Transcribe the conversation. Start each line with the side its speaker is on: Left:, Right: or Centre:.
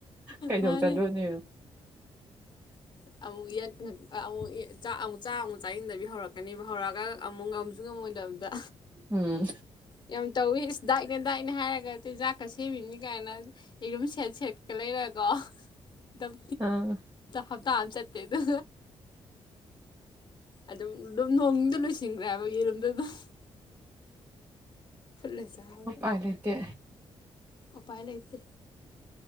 Right: ꯀꯩꯗꯧ
Left: ꯃꯥꯅꯦ
Right: ꯆꯗꯣꯏꯅꯦ
Left: <unintelligible> ꯆꯥꯛ ꯑꯃꯨꯛ ꯆꯥ ꯑꯃꯨꯛ ꯆꯥꯁꯤꯟꯗꯕꯤ ꯍꯧꯔꯛꯀꯅꯦꯕ ꯍꯧꯔꯛꯑꯒ ꯑꯃꯨꯛ ꯉꯝꯁꯨ ꯉꯝꯃꯣꯏꯗꯕꯗ
Right: ꯎꯝ
Left: ꯌꯥꯝ ꯇꯧꯋꯤ ꯏꯁ ꯗꯥꯏꯠꯅꯦ ꯗꯥꯏꯠꯅꯦ ꯍꯥꯏꯔꯒ ꯇꯤꯟꯖꯥꯛꯀ ꯁꯦꯝꯃꯤꯅꯤ ꯀꯥꯏꯅ ꯑꯩ ꯑꯗꯨꯝ ꯁꯦꯠ ꯁꯦꯠꯀ ꯂꯩꯔꯒꯀꯣ ꯑꯗꯨꯝ
Right: ꯑꯥ
Left: ꯍꯞꯇꯥ ꯑꯃ ꯆꯠꯇꯦ ꯑꯗꯨ ꯑꯗꯨꯝ ꯑꯗꯨꯝ ꯅꯣꯡꯗ ꯂꯣꯏꯁꯤꯟꯈ꯭ꯔꯦꯕ ꯌꯦꯔꯨꯝꯗ ꯑꯗꯨꯝ ꯐꯨꯜꯂꯦ ꯆꯕꯗ
Right: ꯎꯄꯥꯏ ꯂꯩꯇꯦ
Left: ꯎ ꯄꯥꯏ ꯂꯩꯇꯦ